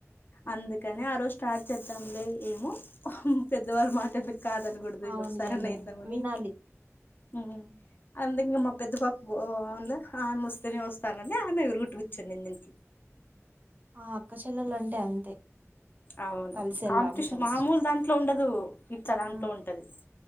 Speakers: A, on the left; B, on the right.
A: అందుకని ఆ రోజు స్టార్ట్ చేద్దాంలే ఏమో పెద్దవాళ్ళ మాట్ ఎందు కాదని కుడ తీసేస్తారా
B: అవునులేండి
A: లేద్దామని
B: వినాలి
A: మ్ అందు ఇంకా మా పెద్ద పాప అ ఆమెస్తేనే వస్తనంది ఆమె ఎరుగుట్టు చెందింనిన్
B: ఆ అక్క చెల్లెలు అంటే అంతే
A: అవునవు
B: కలిసి వెళ్ళాలి
A: కాంపిటీషన్
B: కలిసి
A: మామూలు దాంట్లో ఉండదు ఇట్లా దాంట్లో
B: ఆ
A: ఉంటది